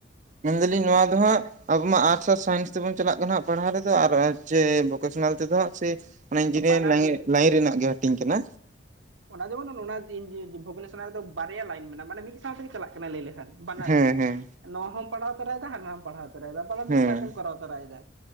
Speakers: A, on the right (about 40°); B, on the right (about 80°).
A: ᱢᱮᱱᱫᱟᱞᱤᱧ ᱱᱚᱶᱟ ᱫᱚ ᱦᱟᱸᱜ ᱟᱵᱚ ᱢᱟ ᱟᱨᱴᱥ ᱟᱨ ᱥᱟᱭᱮᱱᱥ ᱛᱮᱵᱚᱱ ᱪᱟᱞᱟᱜ ᱠᱟᱱᱟ ᱦᱟᱸᱜ ᱯᱟᱲᱦᱟᱣ ᱨᱮᱫᱚ ᱟᱨ ᱥᱮ ᱵᱷᱚᱠᱮᱥᱚᱱᱟᱞ ᱛᱮᱫᱚ ᱦᱟᱸᱜ ᱥᱮ ᱢᱟᱱᱮ ᱤᱧᱡᱤᱱᱤᱭᱟᱨᱤᱝ
B: ᱵᱟᱱᱟᱨ
A: ᱞᱟᱭᱤ
B: ᱜᱮ
A: ᱞᱟᱭᱤᱱ ᱨᱮᱱᱟᱜ ᱜᱮ ᱦᱟᱹᱴᱤᱧ ᱠᱟᱱᱟ
B: ᱚᱱᱟ ᱡᱮᱢᱚᱱ ᱱᱚᱶᱟ ᱵᱷᱩᱠᱮᱥᱚᱱᱟᱞ ᱫᱚ ᱵᱟᱨᱭᱟ ᱞᱟᱭᱤᱱ ᱢᱮᱱᱟᱜᱼᱟ ᱢᱟᱱᱮ ᱢᱤᱫ ᱥᱟᱶ ᱛᱮᱜᱮ ᱪᱟᱞᱟᱜ ᱠᱟᱱᱟ ᱞᱟᱹᱭ ᱞᱮᱠᱷᱟᱱ ᱵᱟᱱᱟᱨ
A: ᱦᱮᱸ
B: ᱜᱮ
A: ᱦᱮᱸ
B: ᱱᱚ ᱦᱚᱢ ᱯᱟᱲᱦᱟᱣ ᱛᱚᱨᱟᱭᱮᱫᱟ ᱦᱟᱱᱟ ᱦᱚᱸᱢ ᱯᱟᱲᱦᱟᱣ ᱛᱚᱨᱟᱭᱮᱫᱟ ᱢᱤᱫ
A: ᱦᱮᱸ
B: ᱥᱟᱣᱛᱮᱢ ᱠᱚᱨᱟᱣ ᱛᱚᱨᱟᱭᱮᱫᱟ